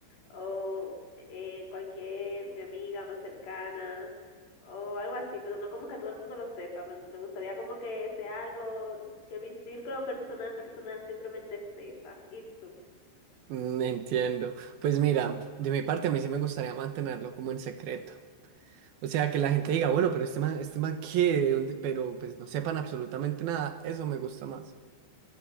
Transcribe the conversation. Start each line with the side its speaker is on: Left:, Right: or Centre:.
Left: o eh, cualquier mi amiga más cercana o algo así, pero no como que todo el mundo lo sepa. Me, me gustaría como que sea algo que mi círculo personal personal simplemente sepa. ¿Y tú?
Right: Mm, entiendo. Pues mira, de mi parte a mí sí me gustaría mantenerlo como en secreto. O sea, que la gente diga, bueno, pero este man, este man qué, de dónde, pero pues no sepan absolutamente nada, eso me gusta más.